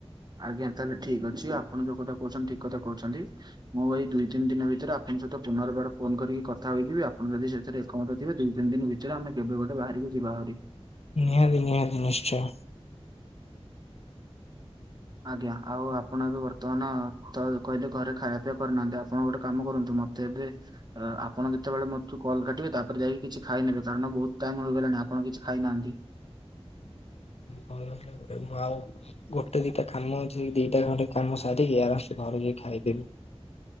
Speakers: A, on the right; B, on the left.
A: ଆଜ୍ଞା ତାହେଲେ ଠିକ ଅଛି ଆପଣ ଯୋଉ କଥା କହୁଛନ୍ତି ଠିକ କଥା କହୁଛନ୍ତି। ମୁଁ ଭାଇ ଦୁଇ ତିନି ଦିନ ଭିତରେ ଆପଙ୍କ ସହିତ ପୁନର୍ବାର ଫୋନ କରିକି କଥା ହୋଇଯିବି ଆପଣ ଯଦି ସେଥିରେ ଏକମତ ଥିବେ ଦୁଇ ତିନି ଦିନ ଭିତରେ ଆମେ କେବେ ଗୋଟେ ବାହାରିକି ଯିବା ଭାରି।
B: ନିହାତି ନିହାତି ନିଶ୍ଚୟ।
A: ଆଜ୍ଞା ଆଉ ଆପଣ ଏବେ ବର୍ତ୍ତମାନ ତ କହିଲେ ଘରେ ଖାଇବା ପିଇବା କରିନାହାନ୍ତି ଆପଣ ଗୋଟେ କାମ କରନ୍ତୁ ମତେ ତେବେ ଅଁ ଆପଣ ଯେତେବେଳେ ମୋତୁ କଲ୍ କାଟିବେ ତାପରେ ଯାଇକି କିଛି ଖାଇ ନେବେ କାରଣ ବହୁତ ଟାଇମ ହୋଇଗଲାଣି ଆପଣ କିଛି ଖାଇନାହାନ୍ତି।
B: କଣ ହେଲେ ମୁଁ ଆଉ ଗୋଟେ ଦିଟା କାମ ଅଛି ଦିଟା ଖଣ୍ଡେ କାମ ସାରିକି ଆରାମ ସେ ଘରେ ଯାଇ ଖାଇଦେବି।